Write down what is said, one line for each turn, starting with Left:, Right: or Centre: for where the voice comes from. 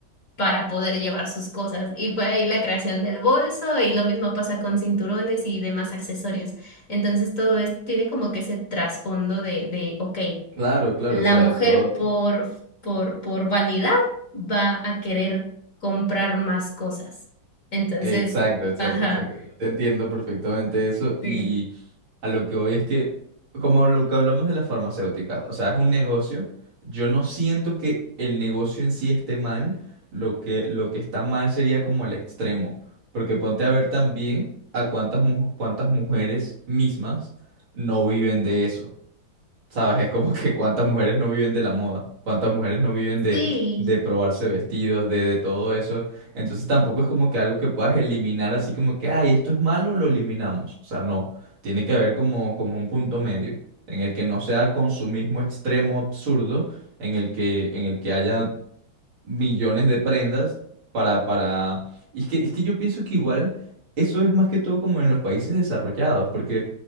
Left: para poder llevar sus cosas. Y fue ahí la creación del bolso y lo mismo pasa con cinturones y demás accesorios. Entonces todo esto tiene como que ese trasfondo de, de, ok,
Right: Claro, claro,
Left: la
Right: o sea,
Left: mujer
Right: todo,
Left: por, por, por vanidad va a querer comprar más cosas. Entonces,
Right: Exacto, exacto,
Left: ajá,
Right: exacto. Yo te entiendo perfectamente eso y
Left: sí.
Right: a lo que voy es que, como lo que hablamos de las farmacéuticas, o sea, es un negocio, yo no siento que el negocio en sí esté mal, lo que, lo que está mal sería como el extremo, porque ponte a ver también a cuántas, mu- cuántas mujeres mismas no viven de eso. ¿Sabes? Es como que cuántas mujeres no viven de la moda, cuántas mujeres no viven de,
Left: Sí,
Right: de probarse vestidos, de, de todo eso. Entonces tampoco es como que algo que puedas eliminar así como que, ay, esto es malo, lo eliminamos. O sea, no. Tiene que haber como, como un punto medio, en el que no sea consumismo extremo, absurdo, en el que, en el que haya millones de prendas para, para... y Es que, es que yo pienso que igual eso es más que todo como en los países desarrollados, porque,